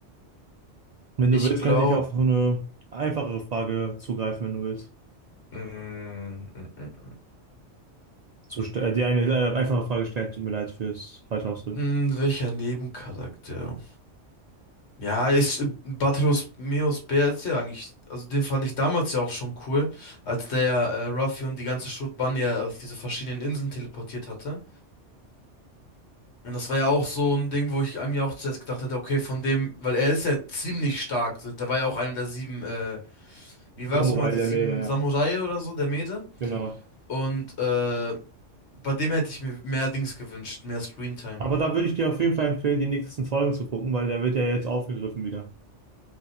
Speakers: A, on the right; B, on the left.
A: Wenn
B: Ich
A: du willst,
B: glaube.
A: könnte ich auf so eine einfachere Frage zugreifen, wenn du willst.
B: Mm, mm, mm,
A: Zu, st- äh, die eine äh, einfache Frage stellen, tut mir leid fürs falsche Ausdrücken.
B: mm, welcher Nebencharakter? Ja, ist äh, Batros Meus Bär ist ja eigentlich. Also den fand ich damals ja auch schon cool, als der äh, Ruffy und die ganze Schrotbande ja auf diese verschiedenen Inseln teleportiert hatte. Und das war ja auch so ein Ding, wo ich einem ja auch zuerst gedacht hätte, okay, von dem, weil er ist ja ziemlich stark. so, Da war ja auch einer der sieben, äh, wie
A: Samurai
B: war es nochmal, die
A: der
B: sieben
A: Meere, ja.
B: Samurai oder so, der Mete.
A: Genau.
B: Und äh, bei dem hätte ich mir mehr Dings gewünscht, mehr Screentime.
A: Aber da würde ich dir auf jeden Fall empfehlen, die nächsten Folgen zu gucken, weil der wird ja jetzt aufgegriffen wieder.